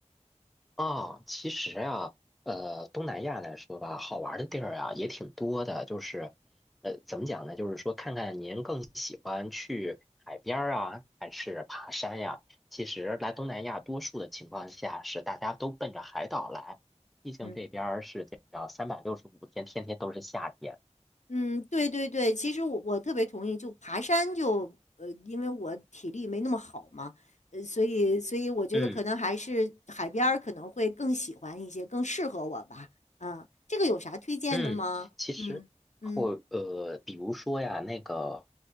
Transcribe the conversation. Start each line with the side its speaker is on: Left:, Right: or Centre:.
Centre: 啊，其实啊，呃，东南亚来说吧，好玩儿的地儿啊也挺多的，就是，呃，怎么讲呢？就是说，看看您更喜欢去海边儿啊，还是爬山呀？其实来东南亚，多数的情况下是大家都奔着海岛来，毕竟这边儿是这样三百六十五天，
Left: 嗯。
Centre: 天天都是夏天。
Left: 嗯，对对对，其实我我特别同意，就爬山就呃，因为我体力没那么好嘛，呃，所以所以我觉得可能还是海边儿可能会更喜欢一些，
Centre: 嗯。
Left: 更适合我吧。嗯，这个有啥推荐的吗？
Centre: 嗯，其实或呃，
Left: 嗯嗯
Centre: 比如说呀，那个，